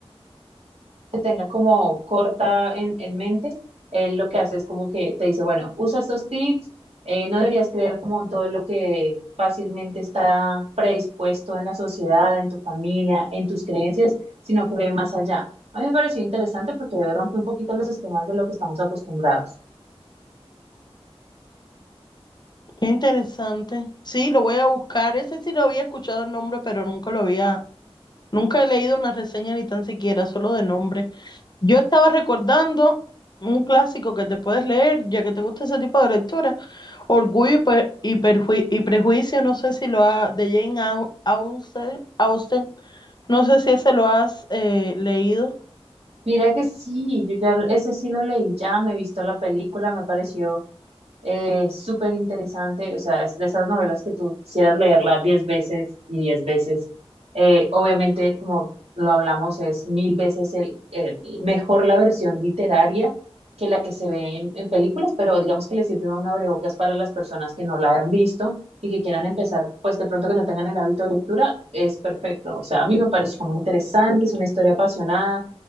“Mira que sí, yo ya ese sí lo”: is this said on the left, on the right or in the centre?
Right